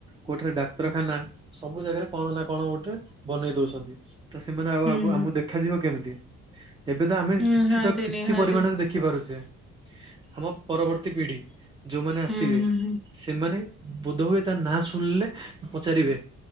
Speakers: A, on the right; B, in the centre.
A: କୋଉଠାରେ ଡାକ୍ତରଖାନା ସବୁ ଜାଗାରେ କଣ ନା କଣ ଗୋଟେ ବନେଇ ଦଉଛନ୍ତି ତ ସେମାନେ ଆଉ
B: ହୁଁ
A: ଆଗ
B: ହୁଁ
A: ଆମକୁ ଦେଖାଯିବ କେମିତି। ଏବେ ତ ଆମେ
B: ନିହାତି
A: କିଛି ତ କିଛି
B: ନିହାତି
A: ପରିମାଣରେ ଦେଖ ଦେଖିପାରୁଛେ ଆମ ପରବର୍ତ୍ତୀ ପିଢି ଯୋଉମାନେ ଆସିବେ
B: ହୁଁ ହୁଁ ହୁଁ
A: ସେମାନେ ବୋଧ ହୁଏ ତା ନାଁ ଶୁଣିଲେ ପଚାରିବେ